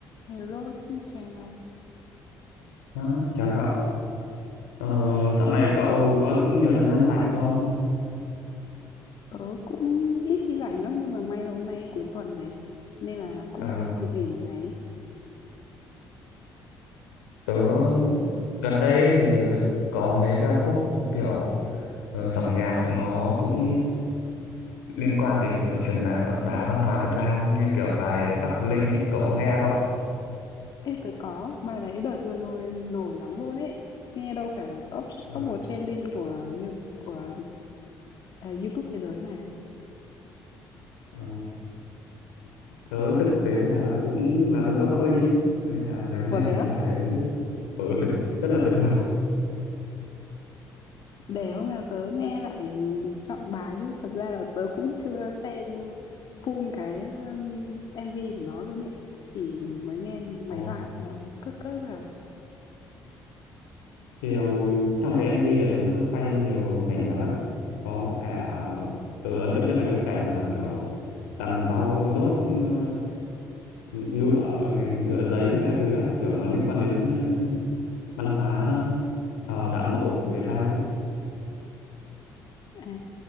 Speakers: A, on the left; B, on the left.
A: Hello, xin chào.
B: Đó, chào cậu. Ờ, dạo này cậu có nhiều thời gian rảnh không?
A: Tớ cũng ít khi rảnh lắm nhưng mà may là hôm nay cuối tuần này nên là cũng
B: À,
A: đang được nghỉ một ngày.
B: tớ gần đây ấy thì có mấy ca khúc kiểu ờ, dòng nhạc nó cũng liên quan đến kiểu truyền bá, bá văn hóa Việt Nam như kiểu bài Bắc Linh ấy, cậu có nghe không?
A: Ê, tớ có bài đấy đợt vừa rồi nổi lắm luôn ấy. Nghe đâu cả top
B: Ờ,
A: top một trending của mu- của à, YouTube thế giới mà.
B: ờ, tớ thực tế là cũng là dân gốc Bắc Linh ấy, nên là tớ
A: Ủa
B: nghe
A: thế
B: thấy
A: á?
B: bài đấy ừ, <laughs> rất là tuyệt vời.
A: Để hôm nào tớ nghe lại chọn bài chứ thật ra là tớ cũng chưa xem full cái um, MV của nó luôn ấy. Chỉ mới nghe mấy
B: Ừ.
A: đoạn à, cất cất rồi. À,
B: kiểu trong cái MV đấy nó quay nhiều cảnh đẹp lắm có cả ừ, ấn tượng nhất là cái cảnh mà kiểu đằng sau đốt ờ, ngựa này, ngựa giấy này các thứ ấy kiểu nó liên quan đến ờ, văn hóa ờ, đạo mẫu của Việt Nam ấy
A: À,